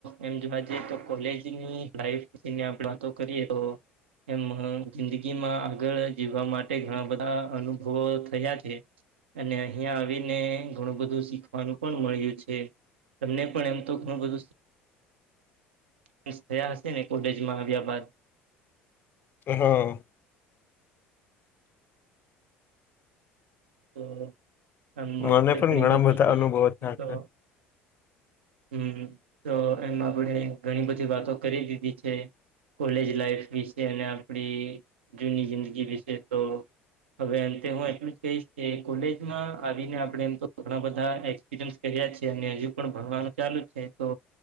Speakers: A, on the right (about 70°); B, on the left (about 30°).
A: એમ જોવા જઈએ તો કોલેજની લાઈફ વિશે આપણે વાતો કરીએ તો એમ જિંદગીમાં આગળ જીવવા માટે ઘણા બધા અનુભવો થયા છે. અને અહિયાં આવીને ઘણું બધું શીખવાનું પણ મળ્યું છે, તમને પણ એમ <unintelligible> થયા હશે ને કોલેજમાં આવ્યા બાદ
B: અ હ
A: તો એમ આપડે
B: મને પણ
A: ઘણી
B: ઘણા
A: વખત
B: બધા
A: બીડી
B: અનુભવો
A: પીતો.
B: થયા છે
A: હમ તો એમાં આપણેે ઘણી બધી વાતો કરી દીધી છે. કોલેજ લાઈફ વિશે અને આપણી જૂની જિંદગી વિશે તો હવે અંતે હું એટલું જ કહીશ કોલેજમાં આવીને આપણે એમ તો ઘણા બધા એક્સપિરયન્સ કર્યા છે અને હજુ પણ ભણવાનું ચાલુ છે. તો